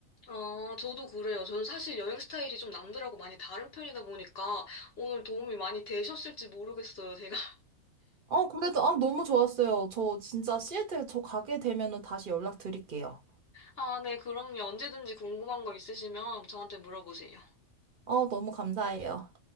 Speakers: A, on the left; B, on the right.
A: 아, 저도 그래요. 저는 사실 여행 스타일이 좀 남들하고 많이 다른 편이다 보니까 오늘 도움이 많이 되셨을지 모르겠어요, 제가. <laughs>
B: 어, 그래도, 아, 너무 좋았어요. 저 진짜 시애틀 저 가게 되면은 다시 연락드릴게요.
A: 아, 네, 그럼요. 언제든지 궁금한 거 있으시면 저한테 물어보세요.
B: 어, 너무 감사해요.